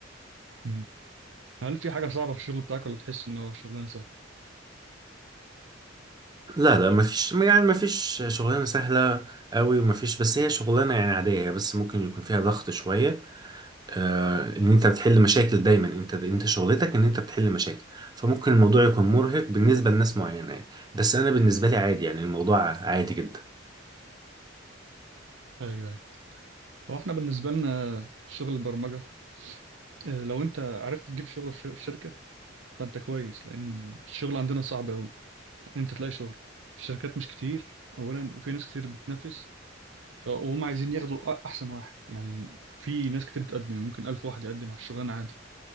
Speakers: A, on the right; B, on the right.
A: امم هل في حاجه صعبه في الشغل بتاعك ولا بتحس ان هو شغلانه سهله
B: لا لا مفيش يعني مفيش شغلانة سهلة قوي ومفيش بس هي شغلانة يعني عادية هي بس ممكن يكون فيها ضغط شوية آه ان انت بتحل مشاكل دايما انت انت شغلتك ان انت بتحل مشاكل فممكن الموضوع يكون مرهق بالنسبة لناس معينة يعني بس انا بالنسبة لي عادي يعني الموضوع عادي جدا
A: ايوه هو احنا بالنسبة لنا شغل البرمجة آه، لو انت عرفت تجيب شغل في ش- الشركة فانت كويس لان الشغل عندنا صعب قوي ان انت تلاقي شغل الشركات مش كتير اولا وفي ناس كتير بتنافس فهم عايزين ياخدوا أ- احسن واحد يعني في ناس كتير بتقدم يعني ممكن ألف واحد يقدم على الشغلانة عادي